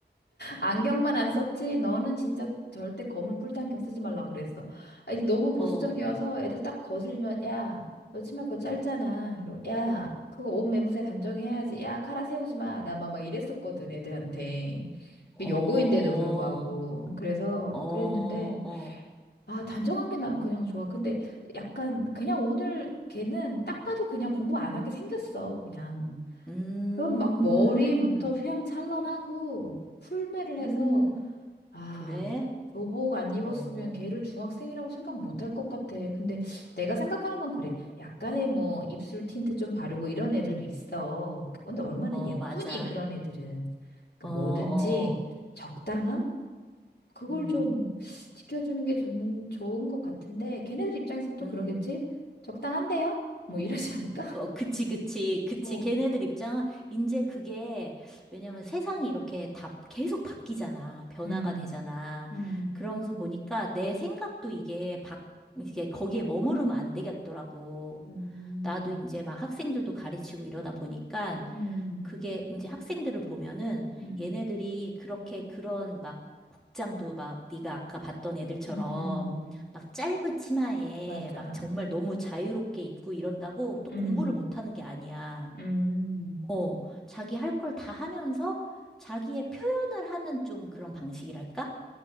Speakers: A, on the left; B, in the centre.
A: 안경만 안 썼지. 너는 진짜 절대 검은 뿔테 안경 쓰지 말라 그랬어. 아, 이게 너무 보수적이어서
B: 어,
A: 애들 딱 거슬리면 야, 너 치마 그거 짧잖아. 그리고 야, 그거 옷 매무새 단정해야지. 야, 카라 세우지 마. 나 막 막 이랬었거든, 애들한테.
B: 어.
A: 여고인데도 불구하고 그래서
B: 어,
A: 그랬는데
B: 어,
A: 아 단정한 게 나는 그냥 좋아. 근데 약간 그냥 오늘 걔는 딱 봐도 그냥 공부 안 하게 생겼어. 그냥
B: 음,
A: 그럼 막 머리부터 휘황찬란하고 풀매를
B: 음,
A: 해서 아
B: 그래?
A: 교복 안 입었으면
B: 어,
A: 걔를 중학생이라고 생각 못할 것 같아. 근데 내가 생각하는 건 그래. 약간의 뭐 입술 틴트 좀 바르고 이런 애들도 있어. 근데 얼마나
B: 어,
A: 예쁘니
B: 맞아.
A: 그런 애들은. 그러니까
B: 어,
A: 뭐든지
B: 어,
A: 적당함? 그걸
B: 음,
A: 좀 지켜주는 게 좋는, 좋은 것 같은데, 걔네들 입장에서는 또
B: 음.
A: 그러겠지? 적당한데요? 뭐 이러지 않을까? <laughs>
B: 어, 그치, 그치, 그치.
A: 어.
B: 걔네들 입장은 이제 그게, 왜냐면 세상이 이렇게 다 계속 바뀌잖아. 변화가
A: 음,
B: 되잖아.
A: 음,
B: 그러면서 보니까 내 생각도 이게 바, 이게 거기에 머무르면 안 되겠더라고.
A: 음,
B: 나도 이제 막 학생들도 가르치고 이러다 보니까
A: 음,
B: 그게 이제 학생들을 보면은
A: 음,
B: 얘네들이 그렇게 그런 막 복장도 막 네가 아까 봤던 애들처럼
A: 음, 음,
B: 막 짧은 치마에
A: 맞아.
B: 막 정말 너무 자유롭게 입고 이런다고 또
A: 음,
B: 공부를 못하는 게 아니야.
A: 음.
B: 어, 자기 할 걸 다 하면서 자기의 표현을 하는 좀 그런 방식이랄까?